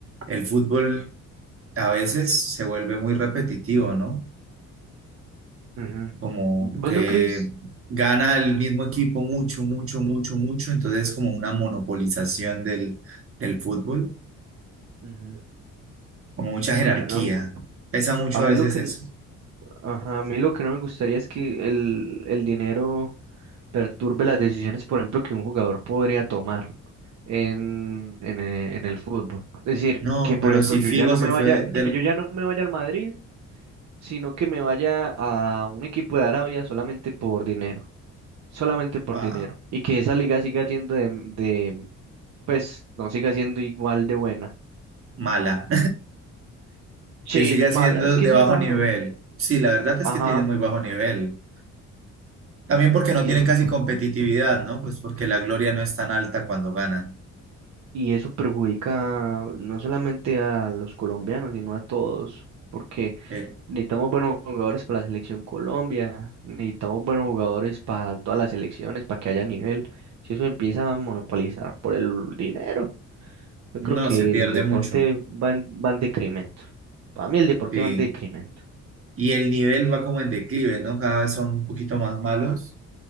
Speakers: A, on the right (about 45°); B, on the right (about 60°).
A: el fútbol a veces se vuelve muy repetitivo, ¿no?
B: ujú.
A: como
B: ¿Vos
A: que
B: no crees?
A: gana el mismo equipo mucho, mucho, mucho, mucho, entonces como una monopolización del, del fútbol,
B: Ujú,
A: como mucha
B: aunque
A: jerarquía.
B: yo no-
A: Pesa mucho
B: a mí
A: a veces
B: lo que,
A: eso.
B: ajá, a mí lo que no me gustaría es que el, el dinero perturbe las decisiones, por ejemplo, que un jugador podría tomar en, en, eh, en el fútbol. Es decir,
A: No,
B: que por
A: pero
B: ejemplo
A: si
B: yo
A: Figo
B: ya no
A: se
B: me
A: fue
B: vaya, que
A: del
B: yo ya no me vaya al Madrid, sino que me vaya a un equipo de Arabia solamente por dinero, solamente por
A: ah,
B: dinero, y que esa liga siga siendo de, de, pues, no siga siendo igual de buena.
A: mala, <laughs>
B: Sí,
A: que sigue
B: mala,
A: siendo
B: es que
A: de
B: eso
A: bajo
B: es malo.
A: nivel. Sí, la verdad es
B: Ajá,
A: que tiene muy bajo nivel. También porque no
B: y
A: tienen
B: eso,
A: casi competitividad, ¿no? Pues porque la gloria no es tan alta cuando ganan.
B: y eso perjudica no solamente a los colombianos, sino a todos, porque
A: Eh,
B: Necesitamos buenos jugadores para la selección Colombia, necesitamos buenos jugadores para todas las selecciones, para que haya nivel. Si eso empieza a monopolizar por el dinero, yo
A: no,
B: creo que
A: se pierde
B: el deporte
A: mucho.
B: va en, va en decremento. Para mí el deporte
A: Sí.
B: va en decremento.
A: Y el nivel va como en declive, ¿no? Cada vez son un poquito más malos.